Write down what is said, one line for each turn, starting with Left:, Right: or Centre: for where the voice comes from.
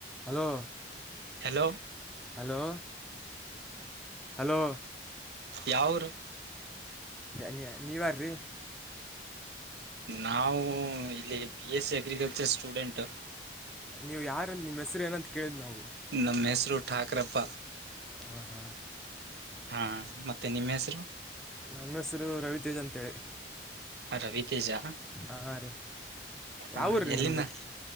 Centre: Hello
Right: hello
Centre: hello hello
Right: ಯವ್ಊರು
Centre: ನೀ ನೀವಾರ್ರಿ
Right: ನಾವು ಇಲ್ಲಿ B S C agriculture student
Centre: ನೀವು ಯಾರ ನಿಮ್ಮ ಹೆಸರು ಏನಂತ ಕೇಲಿದ್ ನಾವು
Right: ನಮ್ಮ ಹೆಸರು ಠಾಕ್ರಪ್ಪ
Centre: ಹಾಂ ಹಾಂ,
Right: ಹಾ ಮತ್ತೆ ನಿಮ್ ಹೆಸರು
Centre: ನಮ್ ಹೆಸರು ರವಿ ತೇಜ್ ಅಂತೇಳಿ
Right: ರವಿ ತೆಜಾ
Centre: ಹಾಂ ಹಾಂ ರೀ
Right: ಹಾ
Centre: ಯಾವ ಊರು ರೀ
Right: ಎಲ್ಲಿಂದ
Centre: ನಿಮ್ಮದು